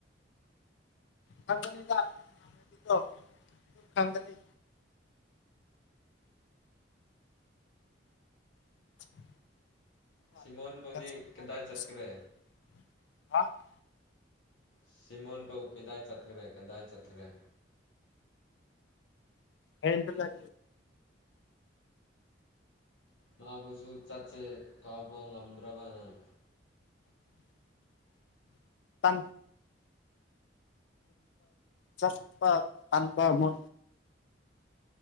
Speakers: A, on the left; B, on the left.
A: ꯆꯥꯟꯗꯅꯤꯗꯗꯣ ꯆꯥꯟꯗꯅꯤ <inaudible>
B: ꯁꯤꯃꯣꯟꯕꯨꯗꯤ ꯀꯗꯥꯏ ꯆꯠꯈ꯭ꯔꯦ ꯁꯤꯃꯣꯟꯄꯧ ꯀꯗꯥꯏ ꯆꯠꯈ꯭ꯔꯦ ꯀꯗꯥꯏ ꯆꯠꯈ꯭ꯔꯦ
A: ꯍ
B: ꯃꯥꯕꯨꯁꯨ ꯆꯠꯁꯦ ꯀꯥꯎꯕ ꯉꯝꯗ꯭ꯔꯕ ꯅꯪ
A: <inaudible> ꯄ ꯆꯠꯄ ꯀꯟꯕ ꯃ